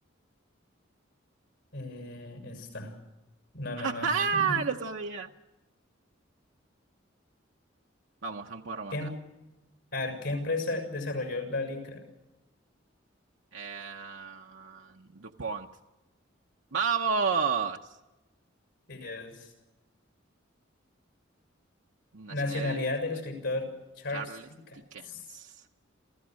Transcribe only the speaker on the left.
eh, está?
No, no,
no.
<laughs>
¿Qué, em- a ver, ¿qué empresa desarrolló la licra?
Es
nacionalidad
del escritor Charles
Dickens,